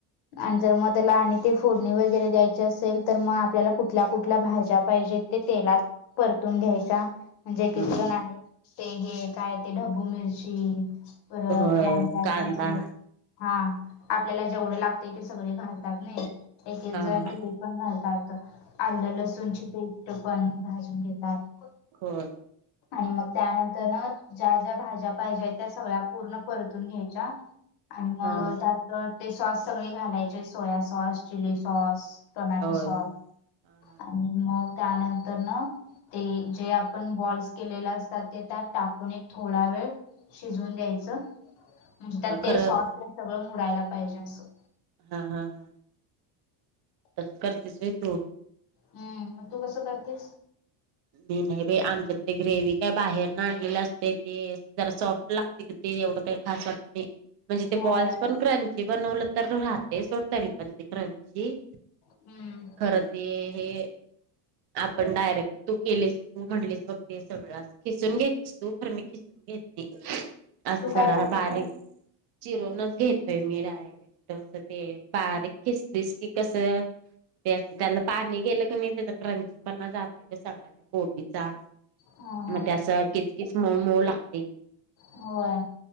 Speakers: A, on the left; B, on the right.
A: आणि जर मग त्याला आणि ते फोडणी वगैरे द्यायची असेल तर मग आपल्याला कुठल्या, कुठल्या भाज्या पाहिजेत. ते तेलात परतून घ्यायचा. म्हणजे
B: हम्म
A: की एकेक जण आहे ते हे काय ते ढब्बू मिरची परत
B: होय
A: त्यांन त्यांन
B: कांदा
A: त्यांनसोबत. हा आपल्याला जेवढे लागतंय ते सगळे घालतात नय एक
B: हा
A: एक जण
B: हा
A: ते हे पण घालतात आलं लसूणची पेस्ट पण भाजून घेतात.
B: होय.
A: आणि मग त्यानंतर ना ज्या ज्या भाज्या पाहिज्या त्या सगळ्या पूर्ण परतून घ्यायच्या आणि मग
B: हा
A: त्यात त ते सॉस सगळे घालायचे soya sauce, chilli sauce, tomato
B: होय
A: सॉस
B: हा
A: आणि मग त्यानंतर न ते जे आपण बॉल्स केलेले असतात ते त्यात टाकून एक थोडा वेळ शिजून द्यायचं म्हणजे त्यात
B: हा
A: ते
B: खरं
A: सॉ ते सगळं मुडायला पाहिजे असं.
B: हा हा हा. तसं करतेस व्हय तू.
A: हूं म तू कसं करतेस?
B: मी नाय बाय आमच्यात ते ग्रेवी काय बाहेरनं आणलेलं असतंय ते जरा सॉफ्ट लागते की ते एवढं काय खास वाटते. म्हणजे ते
A: होय.
B: बॉल्स पण क्रंची बनवलं तर राहतंय सोड तरी पण ते क्रंची.
A: हम्म.
B: खरं ते हे, आपण डायरेक्ट तू केलेस, तू म्हंणलीस बघ ते सगळं असं, खिसून घेतीस तोपर्यंत मी खिसून घेतली असं
A: तू
B: जरा
A: काय करतेस
B: बारीक.
A: मग?
B: चिरूनच घेतय मी डायरेक्ट तर ते बारीक खिसलीस की कसं ते असं त्याला पाणी गेलं की नय त्याचा क्रंची पणा जातंय त्या सगळा त्या कोबीचा.
A: हा. हा.
B: मग ते असं किच किच मऊ मऊ लागतंय की
A: होय.